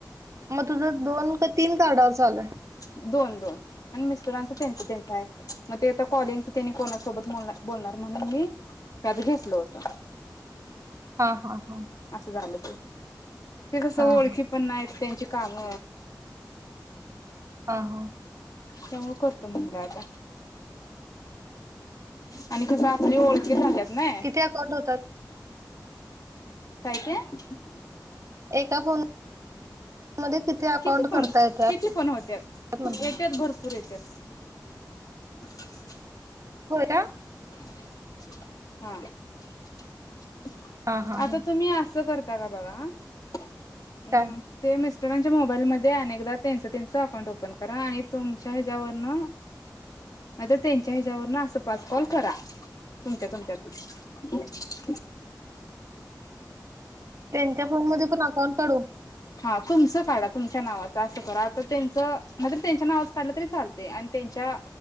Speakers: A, on the right (about 45°); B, on the left (about 55°).
A: मग तुझं दोन का तीन कार्डावर चालु हाय?
B: दोन दोन. आणि मिस्टरांच तेंच तेंच हाय. मग ते आता कॉलिंगच त्यांनी कोणासोबत बोल बोलणार म्हणून मी त्यात घेतल होत.
A: हा हा. हा
B: असं झालं ते. ते कसं
A: हा
B: ओळखी
A: हा
B: पण नाहीत त्यांची. काम
A: हा हा.
B: त्यामुळ करतो मुलगा आता. आणि कस आपली ओळखी झाल्यात. नाही
A: किती अकाउंट होतात?
B: काय ते? <inaudible>
A: एका फोन मध्ये अकाउंट
B: किती पण,
A: करता येतात
B: किती पण होत्यात,
A: म्हटली
B: येत्यात भरपूर येत्यात. <inaudible>
A: होय ना.
B: हां <inaudible>
A: हा हा
B: आता
A: हा
B: तुम्ही असं कर त्याला बघा हं. हम्मं
A: काय
B: ते मिस मिस्टरांच्या मोबाईलमध्ये अनेकदा त्यांचं त्यांचं अकाउंट ओपन करा आणि तुमच्या ह्याच्यावरनं नाहीतर, त्यांच्या ह्याच्यावरन असं पाच कॉल करा, तुमच्या तुमच्यातच
A: त्यांच्या फोन मध्ये पण अकाउंट काढू?
B: हां तुमचं काढा तुमच्या नावाच असं करा. आता त्यांचं आता त्यांच्या नावाच काढलं तरी चालतय आणि त्यांच्या